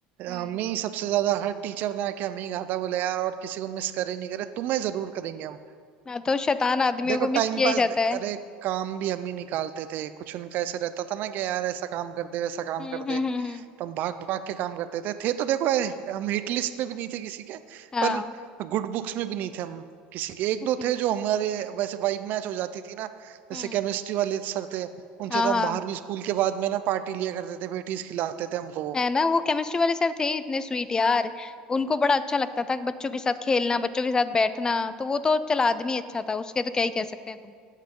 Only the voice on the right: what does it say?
हमें ही सबसे ज्यादा हर टीचर ने आके हमें ही कहा था बोले यार और किसी को मिस करे नहीं करे तुम्हें जरूर करेंगे हम
देखो
टाइम
पास
करे काम भी हम ही निकालते थे कुछ उनका ऐसे रहता था ना कि यार ऐसा काम कर दे वैसा काम
कर दे
तो हम भाग भाग के काम करते थे थे तो देखो ए, हम हिट लिस्ट में भी नहीं थे किसी के
पर गुड बुक्स में भी नहीं थे हम किसी के
एक दो थे जो हमारे वैसे वाइब मैच हो जाती थी ना जैसे
केमिस्ट्री वाले सर थे उनसे
तो
हम बाहर भी स्कूल के बाद में ना पार्टी लिया करते थे पेटीज खिलाते थे हमको वो